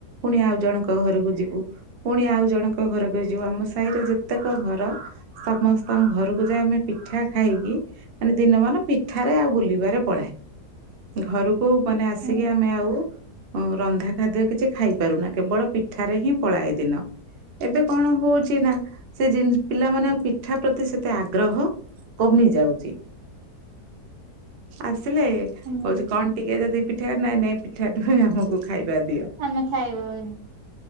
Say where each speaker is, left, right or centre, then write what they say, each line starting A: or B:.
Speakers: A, on the right (about 55°); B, on the right (about 75°).
A: ପୁଣି ଆଉ ଜଣଙ୍କ ଘରକୁ ଯିବୁ। ପୁଣି ଆଉ ଜଣଙ୍କ ଘରକୁ ଯିବୁ। ଆମ ସାଇର ଯେତେକ ଘର ସମସ୍ତଙ୍କ ଘରକୁ ଯାଇ ଆମେ ପିଠା ଖାଇକି ମାନେ ଦିନମାନ ପିଠାରେ ଆଉ ବୁଲିବାରେ ପଳାଏ। ଘରୁ କୁ ମାନେ ଆସିକି
B: ହୁଁ
A: ଆମେ ଆଉ ଅ ରନ୍ଧା ଖାଦ୍ୟ କିଛି ଖାଇପାରୁନା କେବଳ ପିଠାରେ ହିଁ ପଳାଏ ଦିନ। ଏବେ କଣ ହୋଉଚିନା ସେ ଜି ପିଲାମାନେ ଆଉ ପିଠା ପ୍ରତି ସେତେ ଆଗ୍ରହ କମି ଯାଉଚି। ଆସିଲେ
B: ହୁଁ
A: ହଉଚି କଣ ଟିକେ ଯଦି ପିଠା ନାଇଁ ନାଇଁ ପିଠା ନୁହେଁ ଆମକୁ ଖାଇବା ଦିଅ।
B: ଖାନା ଖାଇବୁ ଏନ୍।